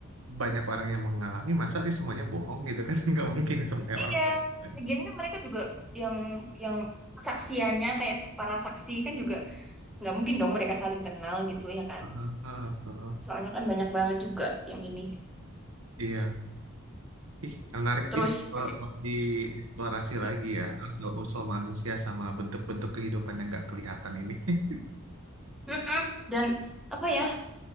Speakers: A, on the right; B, in the centre.
A: banyak orang yang mengalami masa sih semuanya bohong gitu kan. <laughs> Nggak mungkin semuanya
B: Iya,
A: orang bohong. kan?
B: lagian kan mereka juga yang yang saksiannya kayak para saksi kan juga nggak mungkin dong mereka saling kenal gitu ya kan
A: Heeh, heeh, heeh.
B: soalnya kan banyak banget juga yang ini
A: Iya. Ih, menarik
B: terus
A: juga ya kalau mau dieksplorasi lagi ya asal-usul manusia sama bentuk-bentuk kehidupan yang nggak kelihatan ini. <laughs>
B: mm-mm, dan apa ya